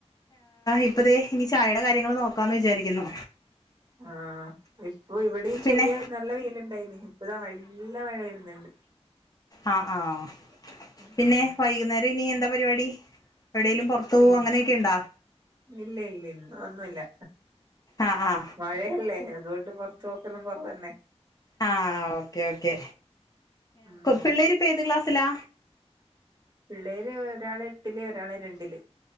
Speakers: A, on the left; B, on the right.
A: ഇപ്പതേ ഇനി ചായെടെ കാര്യങ്ങൾ നോക്കാന്ന് വിചാരിക്കുന്നു
B: ആഹ് ഇപ്പൊ ഇവിടെയും
A: പിന്നെ
B: ചെറിയ നല്ല വെൽുണ്ടായിന് ഇപ്പതാ നല്ല മഴ വരുന്നുണ്ട്
A: ആഹ് ആഹ്
B: ഉം
A: പിന്നെ വൈകുന്നേരം ഇനി എന്താ പരിപാടി എവിടെേങ്കലുംറത്ത് തോ
B: ഇ
A: അങ്ങനെയൊക്കെ ഇണ്ടാ
B: ഇല്ല ഇല്ല ഇല്ല ഒന്നുല്ല
A: ആ ആ
B: മഴയല്ലേ അതോണ്ട് പൊറത്ത് പോക്കല് കൊറവന്നെ
A: ആഹ് ഓക്കേ ഓക്കേ
B: ഉം
A: പിള്ളേരിപ്പൊ ഏത് ക്ലാസ്സിലാ
B: പിള്ളേര് ഒരാള് എട്ടില് ഒരാള് രണ്ടില്